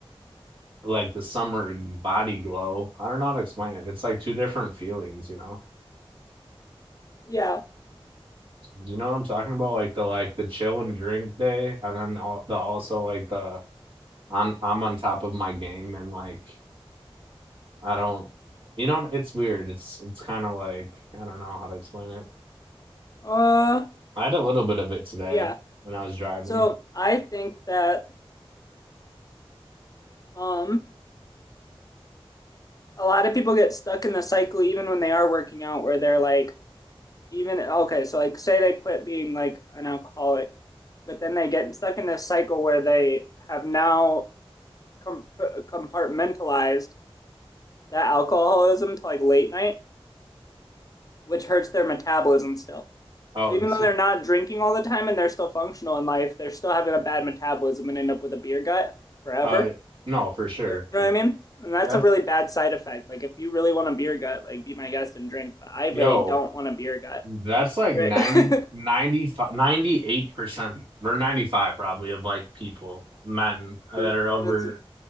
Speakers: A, on the right (about 60°); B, on the left (about 35°).
A: like the summer body glow. I don't know how to explain it. It's like two different feelings, you know.
B: yeah.
A: Do you know what I'm talking about? Like the like the chill and drink day and then all the also like the I'm I'm on top of my game and like I don't you know it's weird. It's it's kind of like I don't know how to explain it.
B: Uh,
A: I had a little bit of it today
B: yeah.
A: when I was driving.
B: So I think that um a lot of people get stuck in the cycle even when they are working out where they're like even okay so like say they quit being like an alcoholic but then they get stuck in this cycle where they have now com- compartmentalized that alcoholism to like late night which hurts their metabolism still
A: Oh,
B: so even
A: it's,
B: though they're not drinking all the time and they're still functional in life they're still having a bad metabolism and end up with a beer gut forever
A: oh, no, for sure.
B: You know what
A: It-
B: I mean? And that's
A: that's,
B: a really bad side effect. Like if you really want a beer gut, like be my guest and drink. But I really
A: yo,
B: don't want a beer gut.
A: that's like
B: Right?
A: ninety, ninety
B: <laughs>
A: five, ninety eight percent or 95 probably of like people, men that
B: And
A: are over
B: it's-